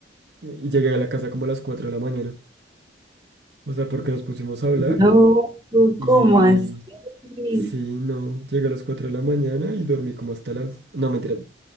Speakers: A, on the right; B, on the right.
A: Y llegué a la casa como a las 4 de la mañana. O sea, porque nos pusimos a hablar.
B: No,
A: Y
B: ¿cómo así?
A: sí, no, llegué a las 4 de la mañana y dormí como hasta las... No, mentira,